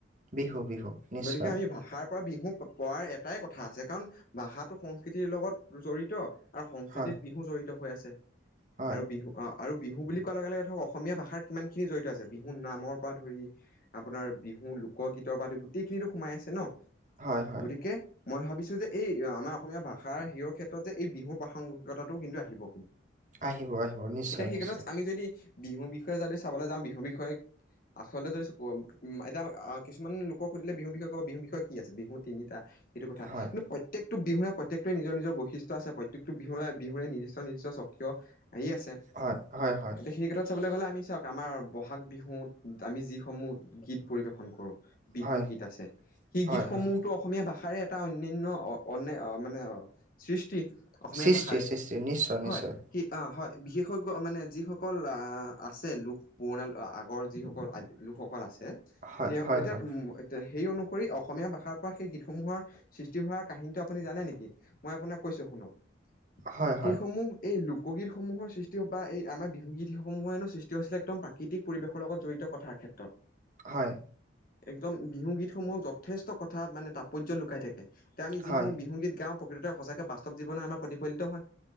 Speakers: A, on the right; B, on the left.
A: বিহু বিহু নিশ্চয়
B: গতিকে আমি ভাষাৰ, পৰা বিহু পয়াই এটাই কথা আছে কাৰণ ভাষাটো সংস্কৃতিৰ লগত জড়িত। আৰু সংস্কৃতিত
A: হয়
B: বিহু জড়িত হৈ আছে।
A: হয়।
B: অহ আৰু বিহু বুলি কোৱাৰ লগে লগে ধৰক অসমীয়া ভাষাৰ কিমানখিনি জড়িত আছে বিহু নামৰ পৰা ধৰি, আপোনাৰ বিহু লোকগীতৰ বা গোটেইখিনিটো সোমাই আছে ন
A: হয় হয়
B: গতিকে, মই ভাবিছো যে এই আমাৰ অসমীয়া ভাষাৰ হেৰ ক্ষেত্ৰত যে এই বিহুৰ প্ৰাসংগিকতাটো কিন্তু আহিব।
A: আহিব আহিব নিশ্চয়।
B: এতিয়া সেই
A: নিশ্চয়
B: ক্ষেত্ৰত আমি যদি বিহুৰ বিষয়ে যদি চাবলৈ যাওঁ বিহুৰ বিষয়ে। আচলতে যদি উ এতিয়া কিছুমান লোকক সুধিলে বিহুৰ বিষয়ে ক'ব বিহুৰ বিষয়ে কি আছে বিহু তিনিটা, সেইটো কথা
A: হয়
B: কিন্তু প্ৰ প্ৰত্যেকটো বিহুয়ে প্ৰত্যেকোৱে নিজ নিজ বৈশিষ্ট্য আ প্ৰত্যেকটো বিহুয়ে বিহুয়ে নিৰ্দিষ্ট নিৰ্দিষ্ট স্বকীয়। আয়ি আছে।
A: হয়, হয় হয়।
B: সেই ক্ষেত্ৰত চাবলে গলে আমি চাওক, আমাৰ বহাগ বিহুত আমি যিসমূহ গীত পৰিবেশন কৰো- বিহু
A: হয়
B: গীত আছে, সেই
A: হয়,
B: গীতসমূহতো-
A: হয়।
B: অসমীয়া ভাষাৰে এটা অন্যান্য অ অ মানে সৃষ্টি। অসমীয়া
A: সৃষ্টি,
B: ভাষাৰে,
A: সৃষ্টি নিশ্চয়,
B: হয়
A: নিশ্চয়।
B: সি অঁ হয়। বিশেষজ্ঞ মানে, যিসকল আছে লোক- পুৰণা আগৰ যিসকল আদি লোকসকল আছে,
A: হয়,
B: তেওঁ
A: হয়,
B: এতিয়া-
A: হয়।
B: তে সেই অনুসৰি অসমীয়া ভাষাৰ পৰা সেই গীতসমূহৰ- সৃষ্টি হোৱাৰ কাহিনিটো আপুনি জানে নেকি? মই আপোনাক কৈছো শুনক।
A: হয়, হয়,
B: সেই সমূহ এই লোকগীত সমূহৰ সৃষ্ট- টিও বা এই আমাৰ বিহু গীত সমূহ হেনো সৃষ্টি হৈছিলে একদম প্ৰাকৃতিক পৰিৱেশৰ লগত জড়িত কথাৰ ক্ষেত্ৰত।
A: হয়।
B: একদম বিহু গীতসমূহত যথেষ্ট কথা মানে তাৎপৰ্য লুকাই থাকে। এতিয়া আমি যি
A: হয়।
B: সমূহ বিহুগীত গাওঁ প্ৰকৃততে সঁচাকে বাস্তৱ জীৱনত আমাৰ প্ৰতিফলিত হয়।